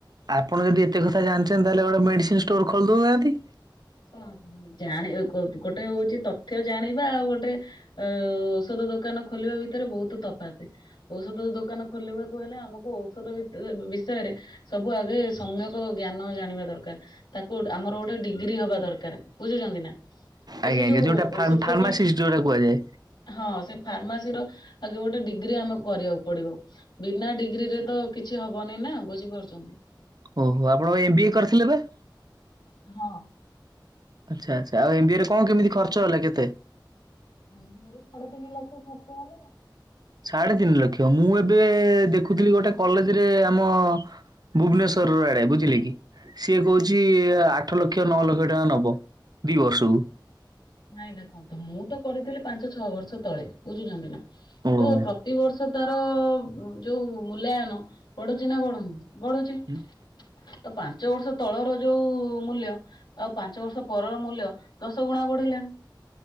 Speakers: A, on the right; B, on the left.
A: ଆପଣ ଯଦି ଏତେ କଥା ଜାଣିଛନ୍ତି ତାହେଲେ ଗୋଟେ ମେଡିସିନ ଷ୍ଟୋର ଖୋଲି ଦଉନାହାନ୍ତି।
B: ହ ଜାଣିଗୋ ଗୋଟେ ହଉଛି ତଥ୍ୟ ଜାଣିବା ଆଉ ଗୋଟେ ଅ ଔଷଧ ଦୋକାନ ଖୋଲିବା ଭିତରେ ବହୁତ ତଫାତ୍ ଔଷଧ ଦୋକାନ। ଖୋଲିବାକୁ ହେଲେ ଆମକୁ ଔଷଧ ବିଷୟରେ ସବୁ ଆଗେ ସମ୍ୟକ ଜ୍ଞାନ ଜାଣିବା ଦରକାର ତାକୁ ଆମର ଗୋଟେ ଡିଗ୍ରୀ ହବା ଦରକାର ବୁଝୁଛନ୍ତି ନା ତ
A: ଆଜ୍ଞା
B: ସେ
A: ଆଜ୍ଞା
B: ଯୋଉ
A: ଯୋଉଟା ଫାର୍ମାସିଷ୍ଟ
B: ଔଷଧ ଦୋକାନ
A: ଯୋଉଟା କୁହାଯାଏ।
B: ହଁ ସେ ଫାର୍ମାସି ର ଆ ଯୋଉ ଗୋଟେ ଡିଗ୍ରୀ ଆମକୁ କରିବାକୁ ପଡିବ। ବିନା ଡିଗ୍ରୀ ରେ ତ କିଛି ହବନି ନା ବୁଝିପାରୁଛନ୍ତି।
A: ଓହୋ ଆପଣ ଏମ୍ ବି ଏ କରିଥିଲେ ବା?
B: ହଁ।
A: ଆଚ୍ଛା ଆଚ୍ଛା ଆଉ ଏମ୍ ବି ଏ ରେ କଣ କେମିତି ଖର୍ଚ ହେଲା କେତେ?
B: ଏମ୍ ବି ଏ ରେ ସାଢ଼େ ତିନି ଲକ୍ଷ ଖର୍ଚ୍ଚ ହେଲା।
A: ସାଢେ ତିନି ଲକ୍ଷ ମୁଁ ଏବେ ଦେଖୁଥିଲି ଗୋଟେ କଲେଜରେ ଆମ ଭୁବନେଶ୍ୱର ର ଆଡେ ବୁଝିଲେ କି? ସିଏ କହୁଛି ଆଠ ଲକ୍ଷ ନଅ ଲକ୍ଷ ଟଙ୍କା ନବ ଦି ବର୍ଷକୁ।
B: ନାଇଁ ଦେଖନ୍ତୁ ମୁଁ ତ କରିଥିଲି ପାଞ୍ଚ ଛଅ ବର୍ଷ ତଳେ ବୁଝୁଛନ୍ତି ନା
A: ଓହୋ।
B: ତ ପ୍ରତିବର୍ଷ ସେ ତାର ଯୋଉ ମୂଲ୍ୟାୟନ ବଢୁଛି ନା ବଢୁନି। ବଢୁଛି
A: ହୁଁ
B: ତ ପାଞ୍ଚ ବର୍ଷ ତଳର ଯୋଉ ମୂଲ୍ୟ ଆଉ ପାଞ୍ଚ ବର୍ଷ ପରର ମୂଲ୍ୟ ଦଶ ଗୁଣା ବଢିଲାଣି।